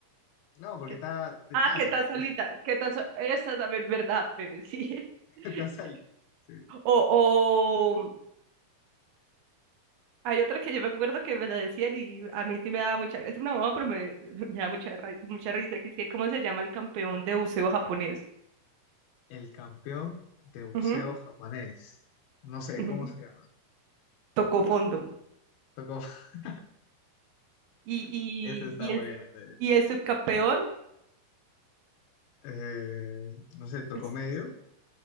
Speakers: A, on the left; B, on the right.
A: No, porque
B: ¿qué?
A: está
B: ¿Qué-
A: de
B: Ah,
A: taza,
B: ¿qué estás
A: pues,
B: solita? ¿Qué estás? so- Esa es la ver- verdad, bebé, sí.
A: <laughs>
B: <laughs>
A: está solita. Sí.
B: O, Hay otra que yo me acuerdo que me la decían y a mí sí me daba mucha, es una bomba, pero me, <laughs> me da mucha, ra- mucha risa, que es que ¿cómo se llama el campeón de buceo japonés?
A: El campeón de buceo
B: Ujú,
A: japonés. No sé,
B: ujú.
A: ¿cómo se llama?
B: Tocó fondo.
A: Tocó, <laughs>
B: Y, y,
A: esa está
B: y
A: buena
B: el,
A: también.
B: y el subcampeón
A: Eh, no sé, tocó
B: el s-
A: medio.